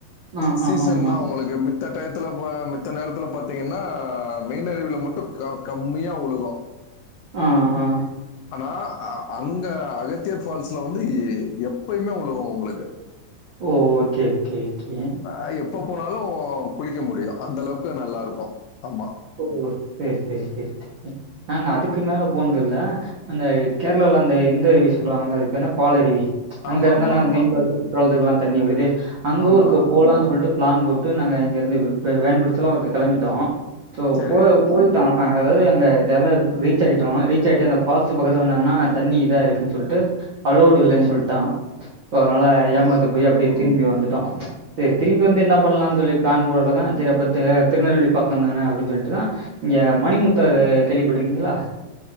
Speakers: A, on the right; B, on the left.
A: ஆ
B: சீசன்தா
A: ஆ ஆமா
B: உங்களுக்கு மித்த டயத்துல ப மித்த நேரத் துல பாத்தீங்கன்னா மெயின் அருவில மட்டு க கம்மியா உழுகு
A: ஆ ஆ
B: ஆனா அ அங்க அகத்தியர் ஃபால்ஸ்ல வந்து எ எப்பயுமே உழுகு உங்களுக்கு
A: ஓ ஓகே கே கே
B: அ எப்ப போனாலு குளிக்க முடியு அந்தளவுக்கு நல்லாருக்கும் ஆமா
A: ஓ செரி செரி செரி நாங்க அதுக்கு மேல போனதுல்ல அந்த கேரளா ல அந்த இந்த அருவி சொல்றாங்கல்ல அது பேர் என்ன பாலருவி அங்க
B: ஆமா,
A: இருந்துதான
B: ஆமா, ஆமா.
A: மெயின் ஃபால்ஸுக்கு குற்றாலத்துக்குலா தண்ணி வருது அங்கு
B: ஆமா.
A: ஒருக்க போலானு சொல்ட்டு பிளான் போட்டு நாங்க இங்கருந்து வே வேன் பிடிச்செல்லா ஒருக்க கெளம்பிட்டோ ஸோ
B: சரி.
A: போ போயிட்டோ அங்க அதாது அங்க எல்ல ரீச் ஆயிட்டோ ரீச் ஆயிட்டு அந்த ஃபால்ஸு பக்கத்துல என்னன்னா தண்ணி இதா இருக்குன்னு சொல்ட்டு அலோடு இல்லன்னு
B: ம்.
A: சொல்ட்டாங்க சொ அதனால
B: ஓ!
A: ஏமாது போய் அப்டி திரும்பி வந்துட்டோம் ச் செரி திரும்பி வந்து என்ன பண்ணலானு சொல்லி பிளான் போடதா செரி அப்ப அ திருநெல் பக் வந்தாங்க அப்டின் சொல்ட்டுதா இங்க மணிமுத்தாரு கேள்விபட்டுருக்கீங்களா